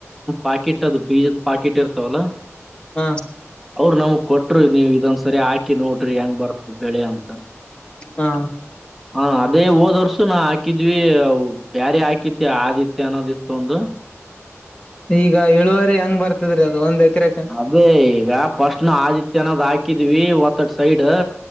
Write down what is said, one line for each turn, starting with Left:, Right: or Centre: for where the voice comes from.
Centre: ಪಾಕೆಟ್ ಅದು ಬೀಜದ ಪಾಕೆಟ್ ಇರ್ತವಲ್ಲ.
Left: ಹಾ
Centre: ಅವರು ನಮ್ಗ್ ಕೊಟ್ರು ನೀವ ಇದೊಂದ ಸರಿ ಹಾಕಿ ನೋಡ್ರಿ ಹೆಂಗ್ ಬರ್. ಬೆಳೆ ಅಂತ.
Left: ಹಾ
Centre: ಹಾ ಅದೇ ಹೋದ ವರ್ಷ ನಾ ಹಾಕಿದ್ವಿ ಬ್ಯಾರಿ ಹಾಕಿದ ಆದಿತ್ತ ಅನ್ನೋದಿತ್ತು ಒಂದು.
Left: ಈಗ ಇಳುವರಿ ಹೆಂಗ್ ಬರ್ತದ್ರಿ ಅದು ಒಂದ್ ಎಕರೆಗೆ.
Centre: ಅದೇ ಈಗ ಫಸ್ಟ್ ನ ಆದಿತ್ಯ ಅನ್ನೋದು ಹಾಕಿದೀವಿ ಒತ್ತಡ್ ಸೈಡ್.